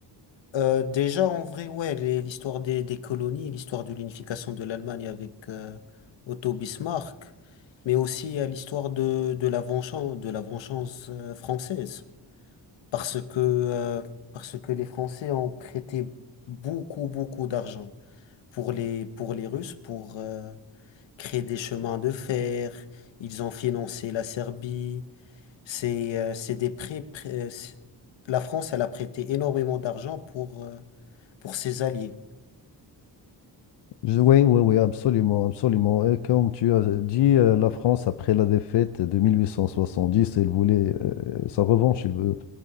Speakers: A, on the left (about 85°); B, on the left (about 70°).
A: Euh, déjà, en vrai, ouais, les- l'histoire des, des colonies, l'histoire de l'unification de l'Allemagne avec euh, Otto Bismarck, mais aussi à l'histoire de, de la vengeance, de la vengeance euh, française. Parce que, euh, parce que les Français ont prêté beaucoup, beaucoup d'argent pour les, pour les Russes pour euh, créer des chemins de fer. Ils ont financé la Serbie. C'est euh, c'est des prêts. prêts- euh, c'est- la France, elle a prêté énormément d'argent pour, euh, pour ses alliés.
B: Je- oui, oui, oui, absolument, absolument. Et comme tu as dit, euh, la France, après la défaite de 1870, elle voulait euh, sa revanche. Elle veut-